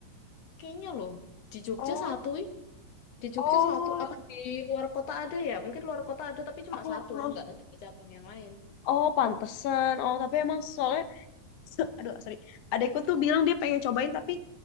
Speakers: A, on the left; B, on the left.
A: Kayaknya loh, di Jogja
B: Oh,
A: satu ih. Di Jogja
B: oh,
A: satu, apa di luar kota ada ya? Mungkin luar kota ada tapi cuma
B: aku,
A: satu,
B: ah,
A: nggak ada cabang yang lain.
B: oh, pantesan. Oh, tapi emang soalnya, <laughs> aduh, sorry. Adekku tuh bilang dia pengen cobain, tapi